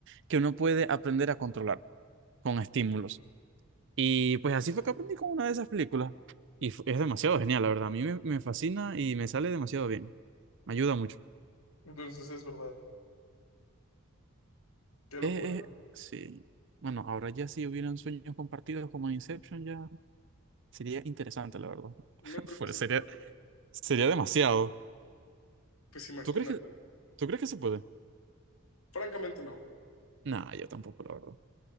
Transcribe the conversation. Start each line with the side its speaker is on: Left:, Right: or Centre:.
Right: que uno puede aprender a controlar con estímulos. Y pues así fue que aprendí con una de esas películas. Y fu- es demasiado genial, la verdad. A mí me, me fascina y me sale demasiado bien. Me ayuda mucho.
Left: Entonces es verdad. Qué locura,
Right: Eh,
Left: ¿no?
Right: eh, sí. Bueno, ahora ya si hubieran sueños compartidos como en Inception, ya sería interesante, la verdad.
Left: No
Right: <laughs>
Left: creo
Right: Fuera,
Left: que se
Right: sería,
Left: pueda, pero
Right: sería
Left: eh,
Right: demasiado.
Left: pues imagínate.
Right: ¿Tú crees que,
Left: ¿no?
Right: tú crees que se puede?
Left: Francamente no.
Right: Nah, yo tampoco, la verdad.